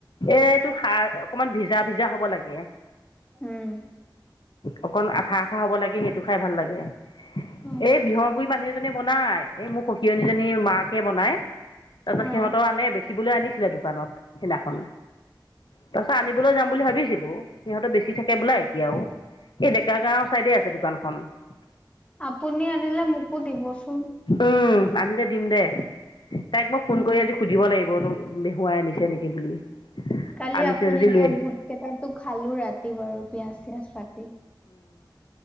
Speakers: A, on the left; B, on the left.
A: এইটো সাৰ অকমান ভিজা ভিজা হ'ব লাগে
B: উম
A: অকন আঠা আঠা হব লাগে সেইটো খাই ভাল লাগে
B: অ
A: এই বিহৰগুৰি মানুহ এজনে <unintelligible> বনাই এই মোক সখিয়নীজনী মাকে বনাই তাৰপিছত
B: অ',
A: সিহঁতৰ আনে বেছি বিকিবলৈ আনিছিলে দোকানত সিদিনাখন তাৰ পিছত আনিবলৈ যাম বুলি ভাবিছিলো সিহঁতেৰ বেছি থাকে বোলা এতিয়াও এই ডেকা গাঁওৰ চাইডে আছে দোকানখন <unintelligible>
B: আপুনি আনিলে মোকো দিবচোন
A: উম আনিলে দিম দে তাইক মই ফোন
B: উম
A: কৰি আজি সুধিব লাগিব ত বেহুৱাই আনিছে নেকি বুলি <unintelligible>
B: কালি
A: আনিছে
B: আপুনি
A: যদি
B: দিয়া
A: লৈ আহি
B: বুট কেইটাটো খালো ৰাতি বাৰু পিয়াজ চিয়াজ পাতি <unintelligible>